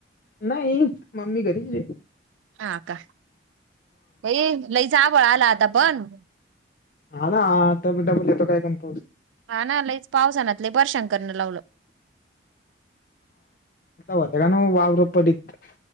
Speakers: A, on the left (about 50°); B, on the right (about 85°).
A: नाही मम्मी घरीचय.
B: हा का बाई लयच आभाळ आला आता पण.
A: हा ना त्याडबल येतो काय कर.
B: हा ना लयच पावसानातले परेशान करण लावलं.
A: वतेगण वावर पडीत.